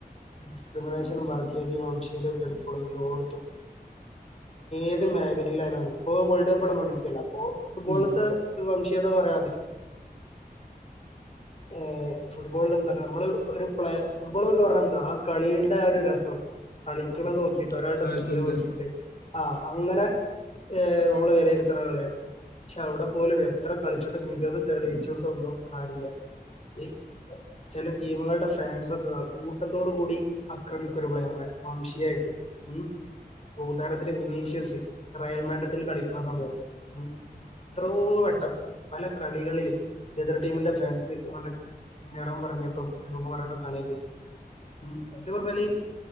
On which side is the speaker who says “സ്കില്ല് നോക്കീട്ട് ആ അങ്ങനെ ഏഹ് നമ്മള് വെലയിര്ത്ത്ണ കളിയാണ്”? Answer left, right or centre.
Left